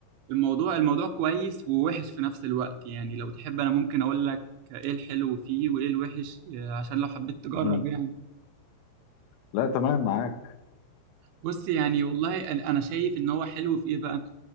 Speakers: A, on the right (about 80°); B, on the left (about 80°).
A: الموضوع الموضوع كويس ووحش في نفس الوقت يعني لو تحب انا ممكن اقول لك ايه الحلو فيه وايه الوحش آه، عشان لو حبيت تجرب
B: جميل
A: يعني
B: لا تمام معاك
A: بص يعني والله انا أنا شايف ان هو حلو في ايه بقى